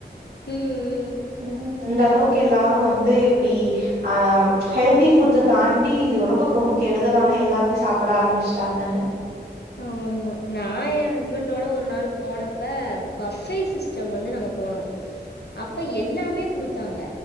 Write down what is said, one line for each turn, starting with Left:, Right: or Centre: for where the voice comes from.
Left: ம்
Right: ம் இந்தளவுக்கு எல்லாரு வந்து இப்டி ஆ ஹெல்தி ஃபுட்ஸ தான்டி ஒடம்புக்கு ரொம்ப கெடுதலான எல்லாத்தியு சாப்ட ஆரம்பிச்ட்டாங்கன்னு
Left: ஆமா நா எ ஹஸ்பண்டோட ஒரு நாள் போனப்ப பஃபே சிஸ் ச்சம் வந்து நாங்க போனோ அப்ப எல்லாமே குடுத்தாங்க